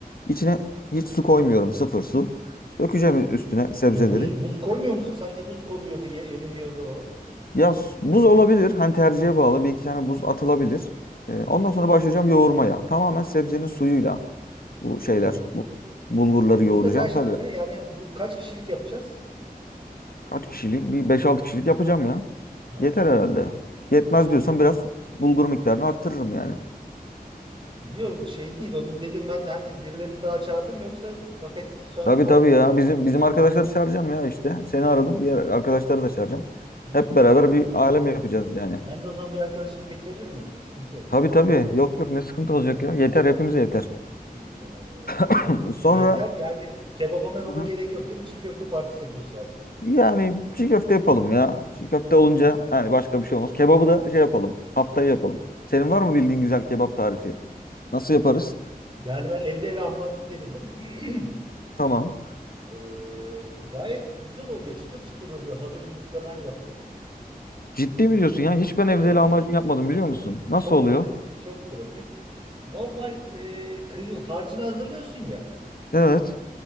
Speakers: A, on the left; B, on the right.
A: İçine hiç su koymuyorum. Sıfır su. Dökeceğim üstüne sebzeleri.
B: E, buz, buz koymuyor musun? Sanki buz koyuyordu, ye- eriniyordu o.
A: Ya s- buz olabilir. Hani tercihe bağlı. Bir iki tane buz atılabilir.
B: Hı
A: Ee,
B: hı.
A: ondan sonra başlayacağım yoğurmaya. Tamamen sebzenin suyuyla bu
B: Sebzenin
A: şeyler,
B: suyuydu.
A: bu bulgurları
B: E, Yumurta
A: yoğuracağım.
B: kaç
A: Tabii
B: tane? Yani bu kaç kişilik yapacağız?
A: kaç kişilik? Bir beş altı kişilik yapacağım ya.
B: Ha,
A: Yeter herhalde. Yetmez
B: beş,
A: diyorsan biraz bulgur miktarını arttırırım yani.
B: Yok şey değil onu dedim ben hani birilerini daha çağırdım yoksa paket so-
A: Tabii
B: sonra
A: tabii ya.
B: dedim.
A: Bizim bizim arkadaşları çağıracağım ya işte. Seni aradım. Diğer arkadaşları da çağıracağım.
B: İyi.
A: Hep beraber
B: güzel.
A: bir alem yapacağız yani.
B: Ben de o zaman bir arkadaşımı getirebilir miyim? Sıkıntı yok.
A: Tabii tabii. Yok yok ne sıkıntı olacak ya. Yeter hepimize yeter.
B: İyi tamam oldu.
A: <clears throat>
B: Şey, yeter
A: Sonra
B: yani kebaba mebaba
A: Hı.
B: gerek yok değil mi? Çiğ köfte partisi yapıyoruz sadece.
A: Yani çiğ köfte yapalım ya. Çiğ köfte olunca yani başka bir şey olmaz. Kebabı da şey yapalım. Haftaya yapalım. Senin var mı bildiğin güzel kebap tarifi? Nasıl yaparız?
B: Yani ben evde lahmacun denedim. <clears throat>
A: Tamam.
B: Ee, gayet güzel oluyor. Çıtır çıtır oluyor. Hazır yufkadan yaptık.
A: Ciddi mi diyorsun ya? Hiç ben evde
B: Evet.
A: lahmacun yapmadım biliyor musun? Nasıl
B: Çok
A: oluyor?
B: pratik. Çok pratik. Normal e, kıyı harcını hazırlıyorsun ya.
A: Evet.